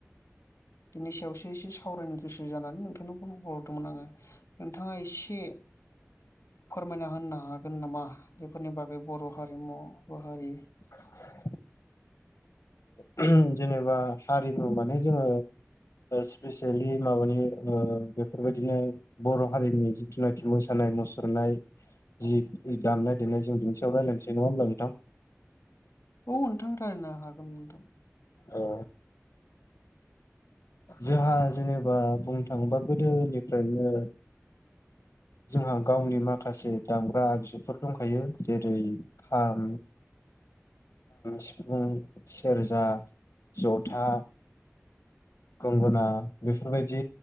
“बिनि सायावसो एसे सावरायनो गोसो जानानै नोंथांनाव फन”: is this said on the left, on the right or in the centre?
Left